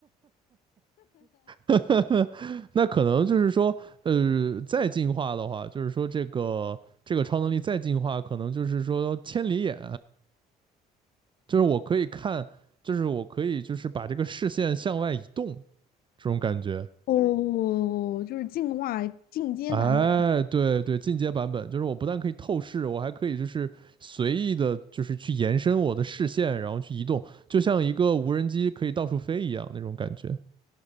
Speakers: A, on the right; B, on the left.
A: <laughs> 那可能就是说，呃，再进化的话，就是说这个这个超能力再进化，可能就是说千里眼，就是我可以看，就是我可以就是把这个视线向外移动这种感觉。
B: 哦，就是进化进阶版本。
A: 哎，对对，进阶版本就是我不但可以透视，我还可以就是随意的，就是去延伸我的视线，然后去移动，就像一个无人机可以到处飞一样那种感觉。